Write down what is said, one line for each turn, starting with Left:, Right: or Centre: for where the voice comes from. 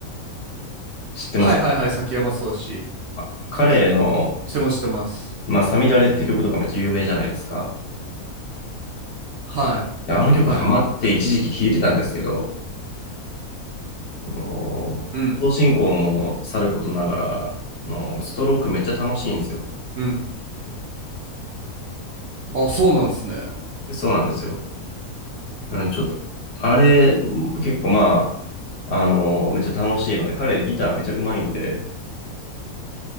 Left: 知ってます
Right: はいはいはい、崎山壮志。
Left: あ彼の、
Right: してますしてます。
Left: まあ、サミダレって曲とかめっちゃ有名じゃないですか。
Right: はい。
Left: であの曲ハマって一時期弾いてたんですけど、
Right: はい。
Left: あの、
Right: うん。
Left: 同進行もさることながら、あの、ストロークめっちゃ楽しいんですよ。
Right: うん。あ、そうなんすね。
Left: でそうなんですよ。あの、ちょっと、あれ、結構まあ、あの、めっちゃ楽しいので、彼ギターめっちゃ上手いんで、